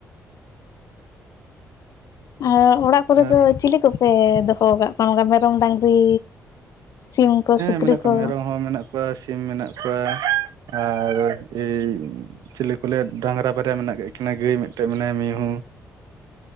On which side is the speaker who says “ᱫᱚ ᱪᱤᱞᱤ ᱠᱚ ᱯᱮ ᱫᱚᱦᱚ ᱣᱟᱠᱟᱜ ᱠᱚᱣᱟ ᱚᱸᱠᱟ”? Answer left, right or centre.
Left